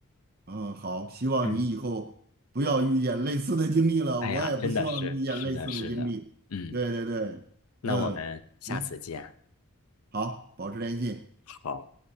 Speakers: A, on the right; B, on the left.
A: 嗯，好，希望你以后不要遇见类似的经历了，
B: 嗯，哎呀，
A: 我也不希望遇见类似的经历。
B: 真的是，是的，是的，嗯，
A: 对对对，
B: 那我们下次见。
A: 嗯，行，好，保持联系。
B: 好。